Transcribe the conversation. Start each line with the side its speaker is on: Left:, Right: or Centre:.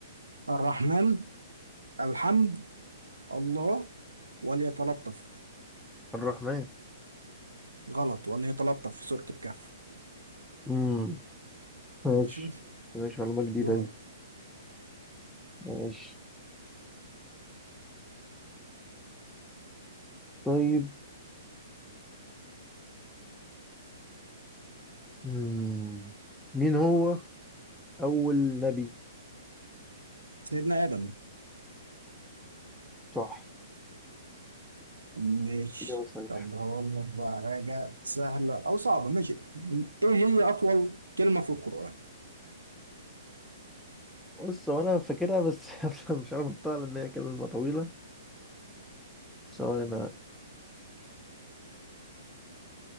Right: الرحمن الحمد الله وليتلطف
Centre: الرحمن
Right: غلط ولا هي تلطف في صورة الكهف
Centre: امم ماشي
Right: ماشي
Centre: ماشي معلومة جديدة
Right: دورك
Centre: دي ماشي طيب مم. مين هو أول نبي؟
Right: سيدنا آدم
Centre: صح
Right: ماشي
Centre: إجابة صحيحة
Right: طب هقول لك بقى حاجة سهلة أو صعبة ماشي إيه هي أطول كلمة في القرآن
Centre: بص هو أنا فاكرها بس <laughs> مش عارف أنطقها لأن هي كلمة طويلة ثواني أنا